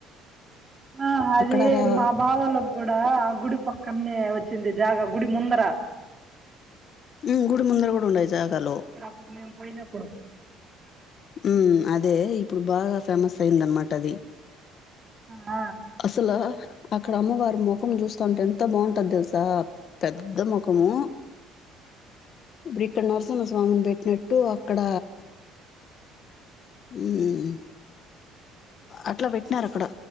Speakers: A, on the right (about 30°); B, on the left (about 50°).
A: ఆ అదే
B: అక్కడ రా
A: మా బావా లొ కూడా ఆ గుడి పక్కనే వచ్చింది జాగ గుడి ముందర
B: ఉ గుడి ముందర కూడా ఉండయి జాగలో
A: ఇప్పుడు మేమ్ పోయినప్పుడు
B: ఊమ్ అదే ఇప్పుడు బాగా ఫేమస్ అయిందనమాట అది
A: అ
B: అసల అక్కడ అమ్మవారి ముఖం చూస్తుంటే ఎంత బాగుంటది తెలుసా పెద్ద ముఖము ఇప్పుడు ఇక్కడ నరసింహస్వామిని పెట్టినట్టు అక్కడ ఊమ్ అట్ల పెట్టినారు అక్కడ